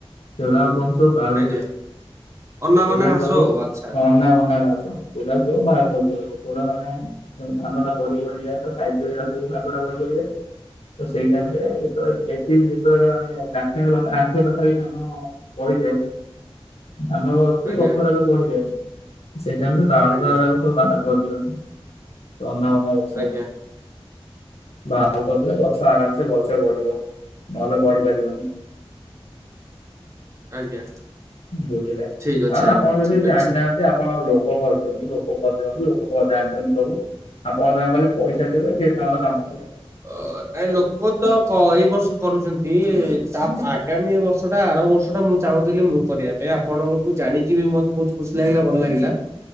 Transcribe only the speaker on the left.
ସେଗୁଡା ସବୁ କୁହନ୍ତି ସବୁ ବାଳୁଙ୍ଗା।
ସେଇଟା
ସବୁ
ଅନା ବନା ଘାସ। ସେଗୁଡା ସବୁ ବାହାର କରିଦିଅନ୍ତି। ସେଗୁଡା ମାନେ ଧାନ ଟା ବଢି ବଢିଯାଏ ତା ସାଇଟିରେ ରେ ଏ ସବୁ ଘାସ ବଢି ବଢିଯାଏ। ତ ସେଇ ଟାଇମିରେ ଯେତେବେଳେ ବେଶୀନି ଯେତେବେଳେ ମାନେ ଚାଖେଡେ ଆଚ ପାଖରେ ଧାନ। ପଡିଯାଏ। ଧାନ। ଗତରେବି
ବଢିଯାଏ। ସେଇ ଟାଇମିରେ ବାଳୁଙ୍ଗାଗୁରାକୁସବୁ
ବାହାର କରି ଦିଅନ୍ତି। ତ ଅନାବନା ଗଛ
ଗୁରାକୁ ବାହାର କରିଥିଲେ ଗଛ ଆରାମସେ ଭଲ ରେ ବଢିବ ନହେଲେ ବଢି ପାରିବନି।
ଭୋଜେଟା
ଆ
ଆପଣ ଯଦି
ଜାଣିନାହାନ୍ତି
ଆପଣ ଲୋକ କରିଦିଅନ୍ତୁ ଲୋକ କରିଦିଅନ୍ତୁ। ଲୋକ ଜାଣିଛନ୍ତି ସବୁ। ଆପଣ ତାଙ୍କୁ ଖାଲି ପଇସା ଦେବେ ସିଏ ତାଙ୍କର କାମ କରିବେ।